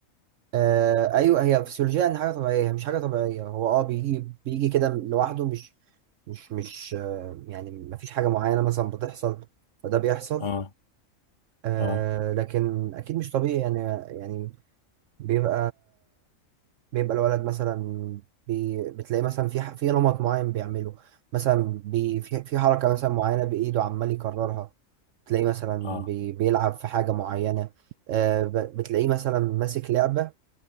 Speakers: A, on the right; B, on the left.
A: آه ايوه هي فسيولوجيا ان حاجه طبيعيه هي مش حاجه طبيعيه هو اه بيجي بيجي كده لوحده مش مش مش آه يعني ما فيش حاجه معينه مثلا بتحصل فده بيحصل
B: اه
A: آه
B: اه
A: لكن اكيد مش طبيعي يعني يعني بيبقى بيبقى الولد مثلا بي بتلاقي مثلا في ح- في نمط معين بيعمله مثلا بي في في حركه مثلا معينه بايده عمال يكررها تلاقيه مثلا
B: اه
A: بي بيلعب في حاجه معينه آه ب- بتلاقيه مثلا ماسك لعبه